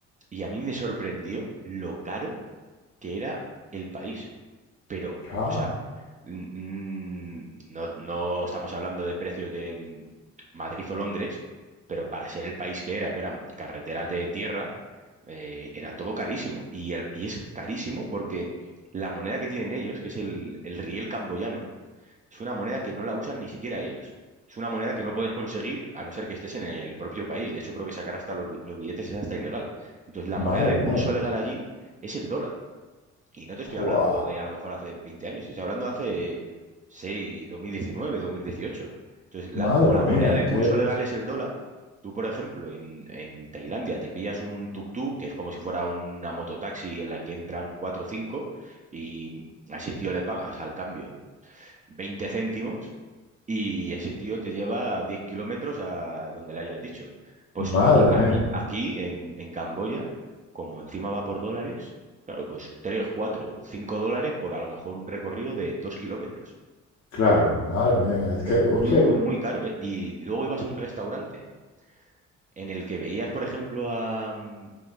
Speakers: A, on the right; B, on the left.
A: y a mí me sorprendió lo caro que era el país. pero,
B: Ah,
A: o sea, mm, no, no estamos hablando de precios de mm, Madrid o Londres, pero para ser el país que era, que eran carreteras de tierra, eh, era todo carísimo. Y, el- y es carísimo porque la moneda que tienen ellos, que es el, el riel camboyano, es una moneda que no la usan ni siquiera ellos. Es una moneda que no puedes conseguir a no ser que estés en el propio país. De hecho, creo que sacar hasta los, bi- los billetes es hasta ilegal. Entonces, la
B: madre
A: moneda de curso
B: mía.
A: legal allí es el dólar. Y no te estoy
B: Jua,
A: hablando de a lo mejor hace 20 años, estoy hablando de hace 6, 2019, 2018. Entonces, la,
B: madre
A: como la
B: mía,
A: moneda de
B: que,
A: curso legal es el dólar, tú, por ejemplo, en, en Tailandia te pillas un tuk-tuk, que es como si fuera una mototaxi en la que entran 4 o cinco y a ese tío le pagas al cambio veinte céntimos y ese tío te lleva 10 kilómetros a donde le hayas dicho. Pues tú
B: madre
A: aquí, aquí,
B: mía.
A: aquí en, en Camboya, como encima va por dólares, claro, pues 3, 4, 5 dólares por a lo mejor un recorrido de 2 kilómetros.
B: Claro, madre mía, es que,
A: Pero muy,
B: o sea,
A: muy, muy caro, ¿eh? Y luego ibas a un restaurante en el que veías, por ejemplo, a, mm,